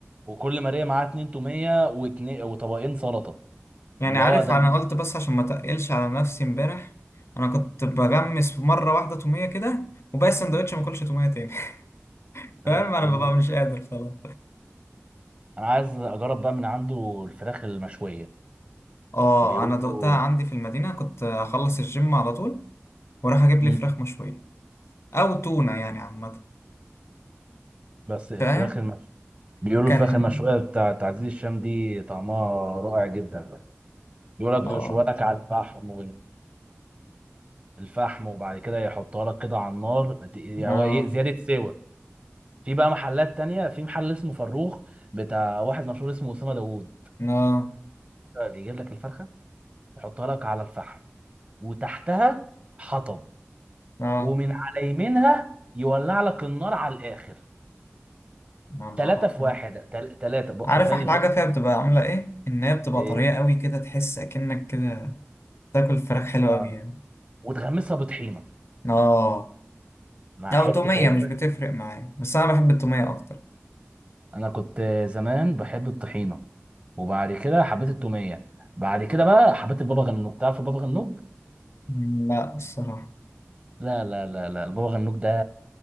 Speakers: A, on the right; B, on the left.
A: وكل ماريا معاها اتنين توميه واتنين وطبقين سلطه
B: يعني
A: اللي
B: عارف
A: هو ده
B: انا
A: الم-
B: قلت بس عشان ما تقلش على نفسي امبارح انا كنت بغمس مره واحده توميه كده وباقي السندوتش ما اكلش توميه تاني <laughs> فاهم
A: التوميه
B: انا ببقى
A: دي
B: مش قادر خلاص
A: انا عايز اجرب بقى من عنده الفراخ المشويه
B: اه
A: بيقولوا
B: انا دقتها عندي في المدينه كنت اخلص الجيم على طول واروح اجيب
A: مم.
B: لي فراخ مشويه او تونه يعني عامه
A: بس الفراخ
B: فاهم
A: المشويه بيقولوا
B: كان
A: الفراخ المشويه بتاعت عزيز الشام دي طعمها رائع جدا بيقول لك بيشوها
B: اه
A: لك على الفحم والفحم وبعد كده يحطها لك كده على النار ت- يعني
B: اه
A: هو ايه زياده سوى في بقى محلات تانية في محل اسمه فروخ بتاع واحد مشهور اسمه اسامه داوود
B: اه
A: بيجيب لك الفرخه يحطها لك على الفحم وتحتها حطب
B: اه
A: ومن على يمينها يولع لك النار على الاخر
B: يا نهار
A: ثلاثة
B: أبيض.
A: في واحد ثلاثة
B: عارف
A: حرفيا
B: احلى
A: الفرق
B: حاجه فيها بتبقى عامله ايه ان هي بتبقى
A: ايه
B: طريه قوي كده تحس اكنك كده تاكل فراخ حلوه
A: اه
B: قوي يعني
A: وتغمسها بطحينة
B: اه
A: مع
B: أو
A: حتة
B: تومية
A: عيش
B: مش
A: بس.
B: بتفرق معايا بس أنا بحب التومية أكتر
A: انا كنت زمان بحب الطحينة وبعد كده حبيت التومية بعد كده بقى حبيت البابا غنوج تعرف البابا غنوج
B: مم، لا الصراحة
A: لا لا لا لا البابا غنوج ده